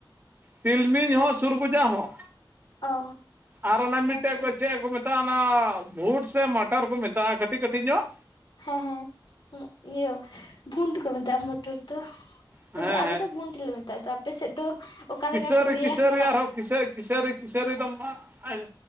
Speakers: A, on the right (about 25°); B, on the left (about 60°).
A: ᱛᱤᱞᱢᱤᱧ ᱦᱚᱸ ᱥᱩᱨᱜᱩᱡᱟ ᱦᱚᱸ
B: ᱚ
A: ᱟᱨ ᱚᱱᱟ
B: ᱦᱮᱸᱛᱚ
A: ᱢᱤᱫᱴᱮᱡ ᱠᱚ ᱪᱮᱫ ᱠᱚ ᱢᱮᱛᱟᱜ-ᱟ ᱚᱱᱟ ᱵᱷᱩᱴ ᱥᱮ ᱢᱟᱴᱟᱨ ᱠᱚ ᱢᱮᱛᱟᱜ-ᱟ ᱠᱟᱹᱴᱤᱡ ᱠᱟᱹᱴᱤᱡ ᱧᱚᱜ?
B: ᱦᱮᱸ ᱦᱮᱸ ᱩᱜ ᱤᱭᱟᱹ ᱵᱷᱩᱱᱴ ᱠᱚ ᱢᱮᱛᱟᱜ-ᱟ ᱢᱚᱴᱚᱨ ᱫᱚ᱾
A: ᱦᱮᱸ
B: ᱱᱚᱛᱮ ᱫᱚ ᱟᱞᱮ
A: ᱦᱮᱸ
B: ᱫᱚ ᱵᱩᱱᱴ ᱢᱮᱛᱟᱜ-ᱟ ᱟᱫᱚ ᱟᱯᱮ ᱥᱮᱡ ᱫᱚ ᱚᱠᱟ
A: ᱠᱤᱥᱟᱹᱨᱤ
B: ᱞᱮᱠᱟ ᱠᱚ ᱞᱟᱹᱭᱟ
A: ᱠᱤᱥᱟᱹᱨᱤ
B: ᱱᱟᱦᱟᱜ
A: ᱟᱨᱦᱚᱸ ᱠᱤᱥᱟᱹ ᱠᱤᱥᱟᱹᱨᱤ ᱠᱤᱥᱟᱹᱨᱤ ᱫᱚ ᱢᱟᱜ ᱟᱸᱭ